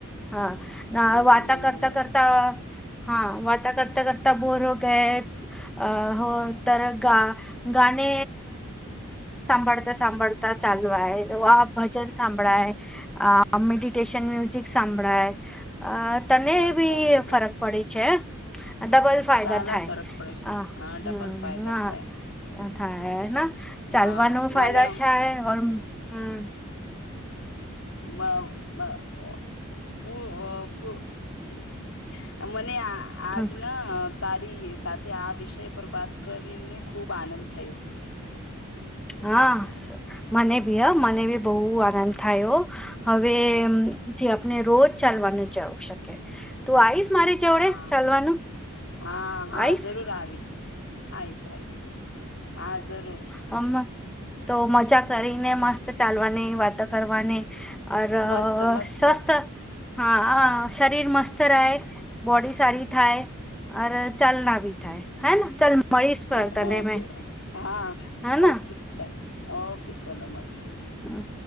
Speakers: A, in the centre; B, on the left.
A: હા ના
B: એવું
A: વાતા
B: એવું
A: કરતા
B: એવું
A: કરતા હા વાતા કરતા કરતા બોર હો ગાય અ હોય ત ગા ગાને સાંભળતા સાંભળતા ચાલુય વા ભજન સાંભળાય અ મેડિટેશન મ્યુઝિક સાંભળાય અ તને
B: વા
A: એ બી
B: સાચી વાત
A: ફરક પડે છે ડબલ ફાયદા
B: ચાલા
A: થાય
B: ફરક પડે છે
A: હ
B: હા ડબલ
A: હમ્મ
B: ફાયદા
A: હા
B: થાય
A: થાય ના ચાલવાનું
B: હા
A: ફાયદા
B: મને
A: અચ્છા હૈ હમ્મ
B: બ બ પ પ ફ મને આ આજ
A: હમ
B: ના તારી સાથે આ વિષય પર વાત કરીને ખુબ આનંદ થયો
A: હા મને ભી હ મને બી બહુ આનંદ થાયો હવેથી આપણે રોજ ચાલવાનું જવું શકે તું આવીઈશ મારી જેવડે
B: હા
A: ચાલવાનું
B: હા હા
A: આવીશ
B: જરૂર આવી આઈશ આઈશ હા જરૂર
A: હમ્મ તો મજા કરીને મસ્ત ચાલવાની વાત કરવાની અર
B: મસ્ત મસ્ત
A: સ્વાસ્થ હા હ શરીર મસ્ત રહે બોડી સારી થાય અ ચાલના બી થાય હે ને ચાલ મળીશ
B: હ
A: પર તને
B: ઓકે
A: મેં
B: હા
A: હે હ હમ
B: ઓકે ડન ઓકે ચલો મળીશુ
A: હમ્મ